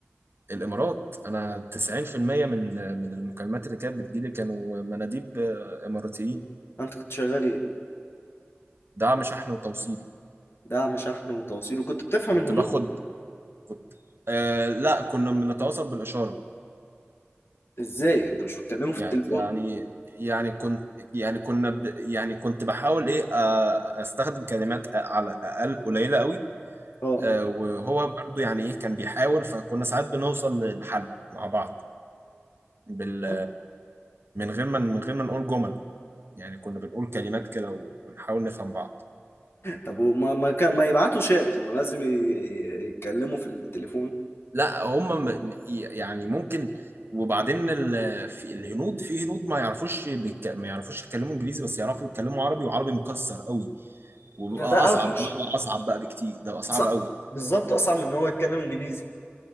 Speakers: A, on the right; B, on the left.
A: والامارات انا 90% من من المكالمات اللي كانت بتجيلي كانوا مناديب آه، اماراتيين
B: أنت كنت شغال إيه؟
A: دعم شحن وتوصيل
B: دعم شحن وتوصيل وكنت بتفهم
A: كنت
B: الهنود
A: باخد كنت آه لا كنا بنتواصل بالاشارة
B: إزاي؟ أنت مش بتكلمهم في
A: يعني
B: التليفون؟
A: يعني يعني كنت يعني كنا ب يعني كنت بحاول ايه آه، استخدم كلمات على اقل قليله قوي
B: أه
A: آه، وهو برضو يعني ايه كان بيحاول فكنا ساعات بنوصل للحل مع بعض بال
B: أه؟
A: من غير ما من غير ما نقول جمل يعني كنا بنقول كلمات كده ونحاول نفهم بعض
B: طب وما ما, كان- ما يبعتوا شات هما لازم ي- ي- يتكلموا في التليفون
A: لا هم م- يعني ممكن وبعدين ال- في الهنود في هنود ما يعرفوش بيك... ما يعرفوش يتكلموا انجليزي بس يعرفوا يتكلموا عربي وعربي مكسر قوي وبيبقى
B: ده ده
A: اصعب
B: اوحش
A: ده بيبقى اصعب بقى بكتير ده بيبقى صعب
B: صعب
A: قوي
B: بالظبط اصعب من ان هو يتكلم انجليزي